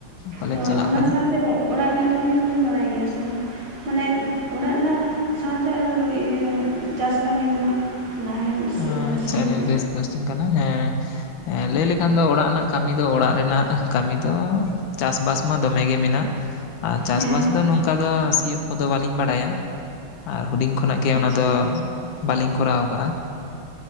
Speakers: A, on the left (about 75°); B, on the right (about 75°).
A: ᱠᱚᱞᱮᱡᱽ
B: ᱛᱚ
A: ᱪᱟᱞᱟᱜ
B: ᱚᱱᱟ
A: ᱠᱟᱱᱟ
B: ᱥᱟᱶᱛᱮ ᱚᱲᱟᱜ ᱨᱮᱱᱟᱜ ᱠᱟᱹᱢᱤ ᱠᱚ ᱵᱤᱱ ᱵᱟᱲᱟᱭ ᱜᱮᱭᱟ ᱥᱮ ᱵᱟᱝ? ᱢᱟᱱᱮ ᱚᱲᱟᱜ ᱨᱮᱱᱟᱜ ᱥᱟᱶᱛᱮ ᱟᱨ ᱤᱭᱟᱹ ᱪᱟᱥ ᱠᱟᱹᱢᱤ ᱨᱮᱱᱟᱜ ᱱᱟᱦᱮᱞ ᱥᱤ
A: ᱟᱪᱪᱷᱟ
B: ᱢᱟᱱᱮ ᱥᱤ
A: ᱱᱤᱭᱟᱹ
B: ᱠᱚ
A: ᱵᱮᱥ ᱠᱚᱥᱪᱮᱱ ᱠᱟᱱᱟ ᱦᱮᱸ ᱦᱮᱸ ᱞᱟᱹᱭ ᱞᱮᱠᱷᱟᱱ ᱫᱚ ᱚᱲᱟᱜ ᱨᱮᱱᱟᱜ ᱠᱟᱹᱢᱤ ᱫᱚ ᱚᱲᱟᱜ ᱨᱮᱱᱟᱜ ᱠᱟᱹᱢᱤ ᱫᱚ ᱪᱟᱥᱵᱟᱥ ᱢᱟ ᱫᱚᱢᱮ ᱜᱮ ᱢᱮᱱᱟᱜ ᱟᱨ ᱪᱟᱥ
B: ᱦᱮᱸ
A: ᱵᱟᱥ ᱫᱚ ᱱᱚᱝᱠᱟ ᱫᱚ ᱥᱤᱭᱳᱜ ᱠᱚᱫᱚ ᱵᱟᱹᱞᱤᱧ ᱵᱟᱲᱟᱭᱟ ᱟᱨ ᱦᱩᱰᱤᱧ ᱠᱷᱚᱱᱟᱜ ᱜᱮ
B: ᱟᱪᱪᱷᱟ
A: ᱚᱱᱟ ᱫᱚ ᱵᱟᱹᱞᱤᱧ ᱠᱚᱨᱟᱣ ᱟᱠᱟᱜ-ᱟ